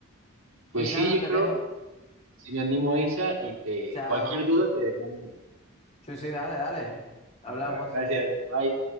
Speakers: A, on the right; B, on the left.
A: Pues
B: Y
A: sí,
B: nada,
A: yo
B: te
A: creo.
B: dejo.
A: Si me animo a esa y te...
B: Chao.
A: Cualquier duda te mando un mensaje.
B: Sí, sí, dale, dale. Hablamos.
A: ¿va? Va que va. Gracias. Bye.